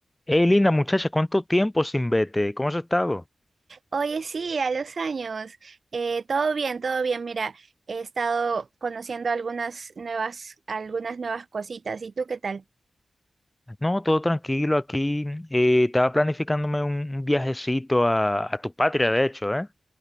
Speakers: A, on the left; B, on the right.
A: Hey, linda muchacha, ¿cuánto tiempo sin verte? ¿Cómo has estado?
B: Oye, sí, a los años. Eh, todo bien, todo bien. Mira, he estado conociendo algunas nuevas, algunas nuevas cositas. ¿Y tú qué tal?
A: No, todo tranquilo aquí. eh, estaba planificándome un, un viajecito a, a tu patria, de hecho, ¿eh?